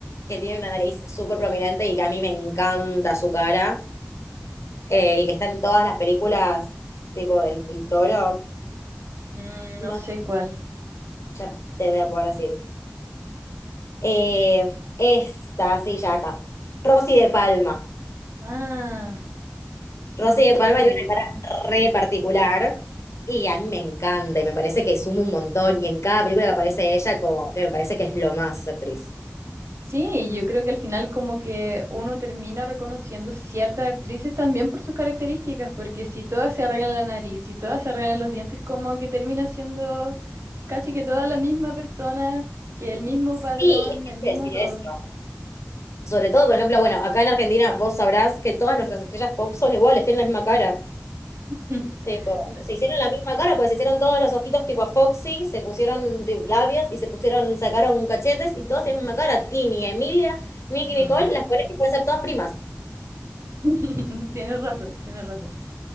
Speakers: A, on the left (about 65°); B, on the right (about 60°).
A: que tiene una nariz súper prominente y que a mí me encanta su cara, eh, y que está en todas las películas, tipo El, el Toro,
B: Mm,
A: no,
B: no sé cuál.
A: ya te voy a poder decir. Eh, esta, sí, ya acá. Rosy de Palma.
B: Ah,
A: Rosy
B: no sé
A: de Palma
B: si lo
A: tiene
B: ubico.
A: una cara re particular y a mí me encanta y me parece que suma un montón y en cada película que aparece ella como que me parece que es lo más esa actriz.
B: Sí, yo creo que al final como que uno termina reconociendo ciertas actrices también por sus características, porque si todas se arreglan la nariz, si todas se arreglan los dientes, como que termina siendo casi que toda la misma persona, que el mismo
A: Sí,
B: padrón,
A: es que
B: el
A: quiero
B: mismo
A: decir
B: todo.
A: eso. Sobre todo, por ejemplo, bueno, acá en Argentina vos sabrás que todas nuestras estrellas pop son iguales, tienen la misma cara.
B: <laughs>
A: Tipo,
B: La-
A: se hicieron la misma cara, pues se hicieron todos los ojitos tipo Foxy, se pusieron de- labios y se pusieron, sacaron cachetes y todos tienen la misma cara. Tini, Emilia, Nicky,
B: Ujú.
A: Nicole, las pones y pueden ser todas primas.
B: <laughs> Tienes razón, tienes razón.